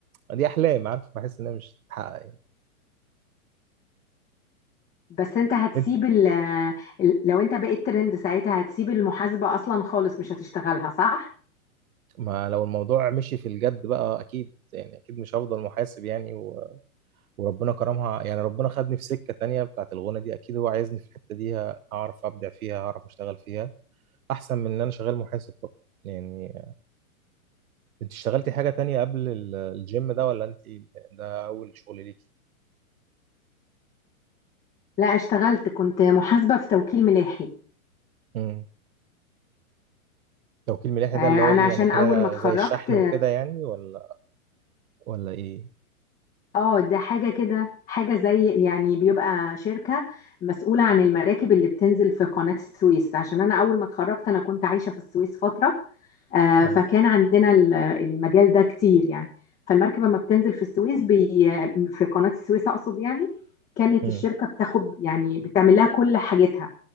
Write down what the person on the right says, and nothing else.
دي احلام عارف بحس انها مش هتتحقق يعني
انت
ما لو الموضوع مشي في الجد بقى اكيد يعني اكيد مش هفضل محاسب يعني وربنا كرمها يعني ربنا خدني في سكة تانية بتاعت الغنى دي أكيد هو عايزني في الحتة دي أعرف أبدع فيها أعرف أشتغل فيها أحسن من إن أنا شغال محاسب طب يعني أنت اشتغلتي حاجة تانية قبل ال- الجيم ده ولا أنت ده أول شغل ليكي؟
امم توكيل ملاحي
ده اللي هو
إيه
يعني حاجة
زي الشحن وكده يعني ولا ولا إيه؟
امم
امم